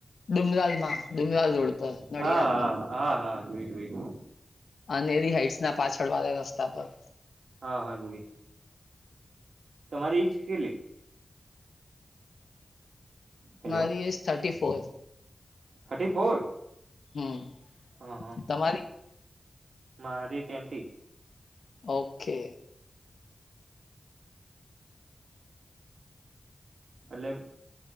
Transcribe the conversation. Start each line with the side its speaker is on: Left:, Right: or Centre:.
Left: ડુંમરાલ માં. ડુંમરાલ રોડ પર નડિયાદ
Right: હા હા
Left: માં.
Right: હા હા જોય જોય જોયું.
Left: અનેરી હાઈઇટ્સ ના પાછળ વાળા રસ્તા પર.
Right: હા હા જોઈ. તમારી એજ કેટલી? હેલો
Left: મારી age thirty four.
Right: Thirty four?
Left: Hmm
Right: હા હા.
Left: તમારી
Right: મારી ટ્વેન્ટી.
Left: ઓકે.
Right: એટલે